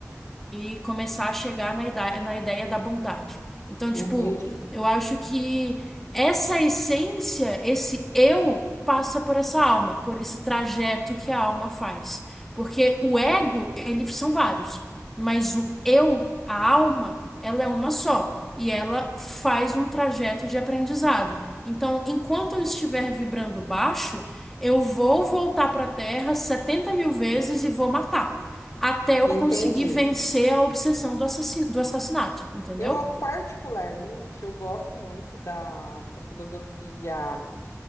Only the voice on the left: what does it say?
entendi.
Entendi.
Eu, ah, particularmente, eu gosto muito da, da filosofia